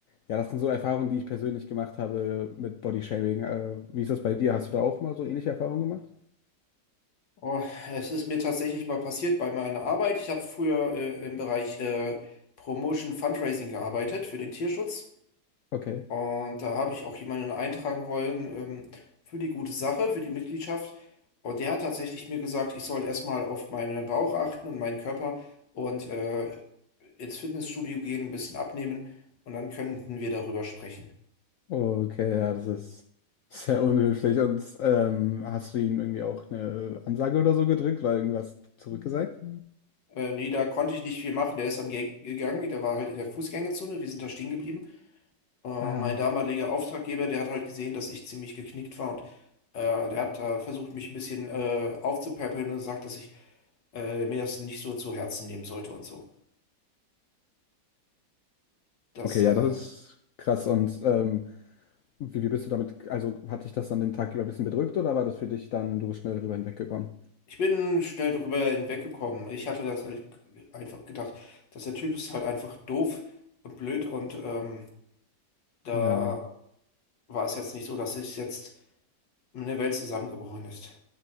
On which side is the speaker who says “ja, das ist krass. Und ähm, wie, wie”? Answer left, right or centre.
Left